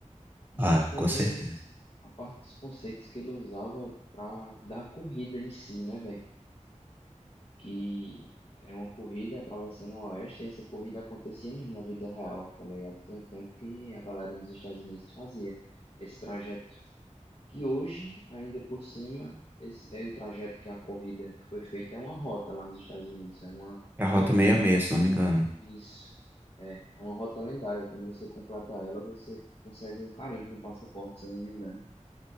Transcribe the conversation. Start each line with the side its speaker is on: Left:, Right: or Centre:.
Left: E
Right: Ah,
Left: também
Right: com certeza.
Left: os- a parte dos conceitos que ele usava para dar a corrida em si, né, velho? Que era uma corrida atravessando o Oeste e essa corrida acontecia mesmo na vida real, tá ligado? Tem um tempo que a galera nos Estados Unidos fazia esse trajeto. Que hoje, ainda por cima, esse é o trajeto que a corrida que foi feita é uma rota lá nos Estados Unidos, é uma,
Right: É a
Left: uma
Right: Rota
Left: via.
Right: 66, se não me engano.
Left: Isso. É, é uma rota lendária. Quando você completa ela, você consegue um carimbo no passaporte, se eu não me engano.